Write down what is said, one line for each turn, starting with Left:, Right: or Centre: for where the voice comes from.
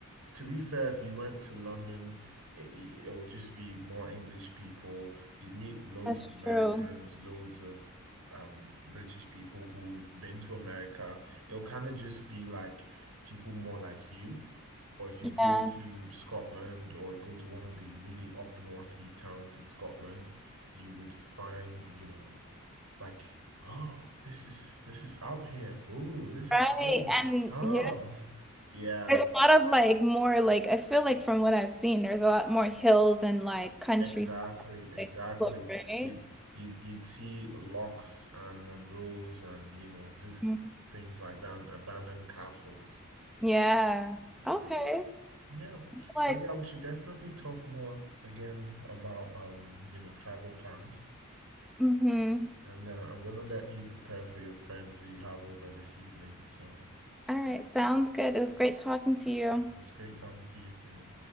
Right: To be fair, if you went to London, it, it'll just be more English people. You'd meet loads
Centre: that's
Right: of Americans,
Centre: true.
Right: loads of um British people who've been to America. It'll kind of just be like people more like you. But if you
Centre: Yeah,
Right: go to Scotland or go to one of the really up northy towns in Scotland, you would find, you know, like, oh, this is this is out here. Oh, this
Centre: right.
Right: is cool.
Centre: And
Right: Oh,
Centre: yeah,
Right: yeah.
Centre: there's a lot of like more like I feel like from what I've seen, there's a lot more hills and like country
Right: Exactly,
Centre: stuff
Right: exactly.
Centre: to explore, right?
Right: You'd you'd you'd see locks and Monroes and you know just
Centre: Mhm.
Right: things like that, and abandoned castles.
Centre: Yeah.
Right: Mm.
Centre: Okay.
Right: Yeah,
Centre: Like,
Right: but yeah, we should definitely talk more again about um you know travel plans.
Centre: mm-hmm.
Right: And uh, I'm gonna let you prepare for your friends that you have over this evening. So
Centre: All right, sounds good. It was great talking to you.
Right: it was great talking to you too.